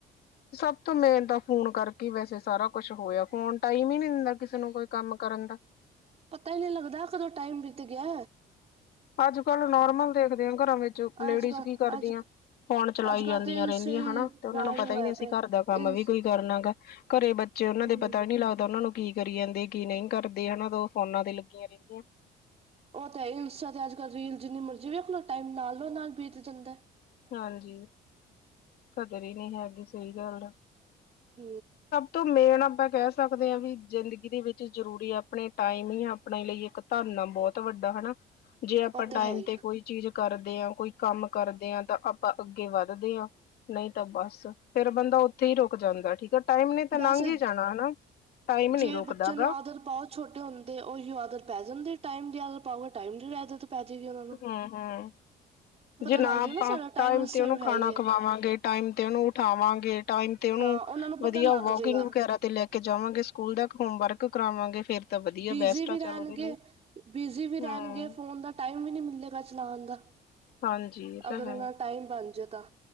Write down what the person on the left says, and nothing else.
ਸਭ ਤੋਂ ਮੇਨ ਤਾਂ ਫੋਨ ਕਰਕੇ ਵੈਸੇ ਸਾਰਾ ਕੁਛ ਹੋਏਆ ਫੋਨ ਟਾਈਮ ਈ ਨੀ ਦਿੰਦਾ ਕਿਸੇ ਨੂੰ ਕੋਈ ਕੰਮ ਕਰਨ ਦਾ।
ਅੱਜ-ਕੱਲ ਨੋਰਮਲ ਦੇਖਦੇ ਆਂ ਘਰਾਂ ਵਿੱਚ ਲੇਡੀਜ਼
ਕੀ ਕਰਦੀਆਂ
ਫੋਨ ਚ ਚਲਾਈ
ਜਾਂਦੀਆਂ
ਰੈਂਦੀਆਂ
ਹਨਾ ਤੇ ਓਨਾਂ
ਨੂੰ ਪਤਾ ਈ
ਨਈ ਅਸੀਂ
ਘਰ ਦਾ ਕੰਮ
ਵੀ ਕੋਈ ਕਰਨਾ ਗਾ ਘਰੇ ਬੱਚੇ ਓਨਾਂ
ਦੇ ਪਤਾ ਵੀ ਨੀ ਲੱਗਦ ਦਾ ਓਨਾਂ ਨੂੰ ਕੀ ਕਰੀ ਜਾਂਦੇ ਕੀ ਨਈ ਕਰਦੇ ਆ ਹਨਾ ਤਾਂ ਓ ਫੋਨਾ ਤੇ ਲੱਗੀਆਂ ਰੈਂਦੀਆਂ।
ਹਾਂਜੀ, ਕਦਰ ਈ ਨਈ ਹੈਗੀ ਸਈ ਗੱਲ ਐ।
ਤੋ ਮੇਨ ਆਪਾਂ ਕੈ ਸਕਦੇ ਆਂ ਵੀ ਜ਼ਿੰਦਗੀ ਦੇ ਵਿੱਚ ਜ਼ਰੂਰੀ ਆਪਨੇ ਟਾਈਮ ਈ ਆਪਨੇ ਲਈ ਇੱਕ ਧੰਨ ਐ। ਬਹੁਤ ਵੱਡਾ ਹਨਾ ਜੇ ਆਪਾਂ
ਟਾਈਮ
ਤੇ ਕੋਈ ਚੀਜ਼ ਕਰਦੇ ਆਂ ਕੋਈ ਕੰਮ ਕਰਦੇ ਆਂ ਤਾਂ ਆਪਾਂ ਅੱਗੇ ਵੱਧਦੇ ਆਂ, ਨਈਂ ਤਾਂ ਬਸ ਫੇਰ ਬੰਦਾ ਓਥੇ ਈ ਰੁਕ ਜਾਂਦਾ ਠੀਕ ਆ। ਟਾਈਮ ਨੇ ਤਾਂ
ਲੰਘ ਹੀ ਜਾਣਾ ਹਨਾ ਟਾਈਮ ਨੀ
ਰੁਕਦਾ
ਗਾ
ਹੂੰ-ਹੂੰ, ਜੇ ਨਾ
ਆਪਾਂ
ਟਾਈਮ
ਤੇ ਓਨੂੰ
ਖਾਨਾ
ਖਵਾਵਾਂਗੇ ਟਾਈਮ ਤੇ ਓਨੂੰ ਉਠਾਵਾਂਗੇ ਟਾਈਮ ਤੇ ਓਨੂੰ
ਵਦੀਆ
ਵੋਕਿੰਗ
ਵਗੈਰਾ ਤੇ ਲੈ ਕ ਕੇ ਜਾਵਾਂਗੇ ਸਕੂਲ ਤੱਕ ਹੋਮ ਵਰਕ ਕਰਾਵਾਂਗੇ ਫੇਰ ਤਾਂ ਵਧੀਆ
ਬੈਸਟ
ਆ ਚੱਲ
ਉਹਦੇ ਲਈ
ਹਮ
ਹਾਂਜੀ ਇਹ ਤਾਂ
ਹੈ